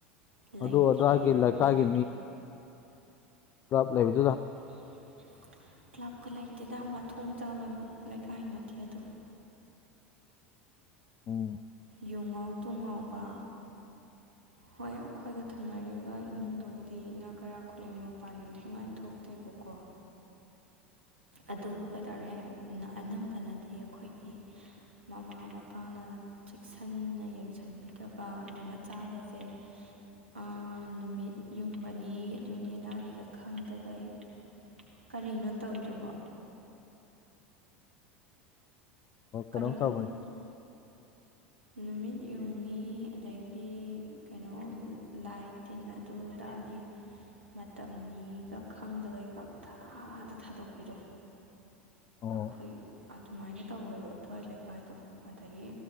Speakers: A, on the right; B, on the left.
A: ꯂꯩꯇ꯭ꯔꯦꯌꯦ
B: ꯑꯗꯨ ꯑꯗꯥꯏꯒꯤ
A: ꯑꯩꯈꯣꯏ
B: ꯂꯩꯀꯥꯏꯒꯤ
A: ꯃꯥꯅ
B: ꯞ <unintelligible> ꯂꯩ
A: <unintelligible> ꯀ꯭ꯂꯕꯀ ꯂꯩꯇꯦꯗ ꯃꯊꯣꯡ ꯆꯥꯕ ꯂꯩꯀꯥꯏ ꯅꯠꯇꯦ ꯑꯗꯨ
B: ꯎꯝ
A: ꯌꯨꯡꯉꯥꯎ ꯇꯨꯡꯉꯥꯎꯕ ꯍꯣꯏ ꯑꯩꯈꯣꯏꯒ ꯊꯪꯅꯔꯤꯕ ꯏꯃꯨꯡꯗꯨꯕꯨꯗꯤ ꯏꯅꯥ ꯀꯔꯥ ꯈꯨꯂꯦ ꯃꯄꯥꯟ ꯏꯊꯤꯋꯥꯏꯅ ꯊꯣꯛꯇꯦꯕꯀꯣ ꯑꯗꯨꯕꯨ ꯀꯩꯗꯧꯔꯦ ꯑꯅꯝꯕꯅꯗꯤ ꯑꯩꯈꯣꯏꯒꯤ ꯃꯃꯥ ꯃꯄꯥꯅ ꯆꯦꯛꯁꯟꯅ ꯌꯦꯡꯁꯟꯕꯤꯗꯕ ꯑꯗꯩ ꯃꯆꯥꯒꯁꯦ ꯑꯥ ꯅꯨꯃꯤꯠ ꯌꯨꯡꯕꯅꯤ ꯑꯗꯨꯅꯤ ꯑꯗꯥꯅꯤꯒ ꯈꯪꯗꯈꯩ ꯀꯔꯤꯅꯣ ꯇꯧꯔꯤꯗꯨꯕꯣ
B: ꯑꯣ ꯀꯩꯅꯣꯝ
A: ꯀꯔꯤꯅꯣ
B: ꯇꯧꯔꯕꯅꯤ
A: ꯑꯃꯨꯛ ꯅꯨꯃꯤꯠ ꯌꯨꯡꯉꯤ ꯑꯗꯩꯗꯤ ꯀꯩꯅꯣ ꯂꯥꯏ ꯇꯤꯟꯅ ꯑꯗꯨ ꯑꯗꯥꯒꯤ ꯃꯇꯝꯅꯤꯒ ꯈꯪꯗꯒꯩ ꯄꯪꯊꯥꯗ ꯊꯥꯗꯣꯛꯄꯤꯗꯣ
B: ꯑꯣ
A: ꯑꯩꯈꯣꯏ ꯑꯗꯨꯃꯥꯏꯅ ꯇꯧꯋꯦꯕ ꯑꯗꯨ꯭ꯋꯥꯏ ꯂꯩꯀꯥꯏꯗꯣ ꯑꯗꯒꯤ